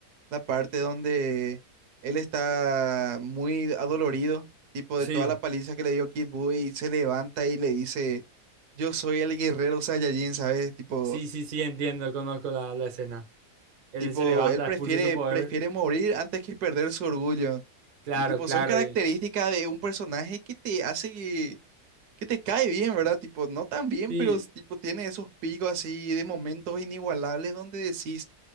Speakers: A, on the right (about 75°); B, on the right (about 55°).
A: la parte donde él está muy adolorido, tipo
B: sí,
A: de toda la paliza que le dio Kid Buu y se levanta y le dice, yo soy el guerrero Saiyajin, ¿sabes? Tipo,
B: sí, sí, sí, entiendo, conozco la, la escena. él
A: tipo,
B: se levanta,
A: él prefiere,
B: expulsa su poder.
A: prefiere morir antes que perder su orgullo.
B: Claro,
A: Y tipo,
B: claro.
A: son características
B: Y,
A: de un personaje que te hace que, que te cae bien, ¿verdad? Tipo, no tan bien,
B: y
A: pero tipo tiene esos picos así de momentos inigualables donde decís,